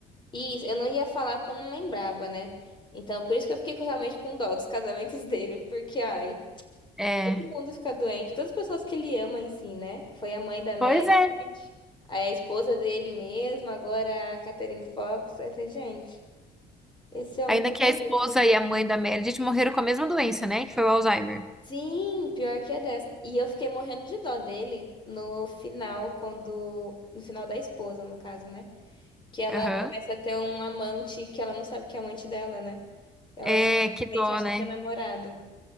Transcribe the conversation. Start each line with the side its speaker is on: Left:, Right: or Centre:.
Left: Isso, eu não ia falar porque eu não lembrava, né? Então, por isso que eu fiquei com- realmente com dó dos casamentos <laughs> dele, porque, ai.
Centre: é.
Left: Todo mundo fica doente, todas as pessoas que ele ama em si, né? Foi a mãe da Meredith,
Centre: Pois é.
Left: aí a esposa dele mesmo, agora a Catherine Fox. Aí Eu falei, gente, esse homem
Centre: Ainda
Left: tem
Centre: que
Left: um
Centre: a esposa
Left: dele.
Centre: e a mãe da Meredith morreram com a mesma doença, né? Que foi o Alzheimer.
Left: Sim, pior que é dessa. E eu fiquei morrendo de dó dele no final, quando. No final da esposa, no caso, né? Que ela
Centre: Aham.
Left: começa a ter um amante que ela não sabe que é amante dela, né? Ela
Centre: É,
Left: simplesmente
Centre: que dó,
Left: acha
Centre: né?
Left: que é namorado.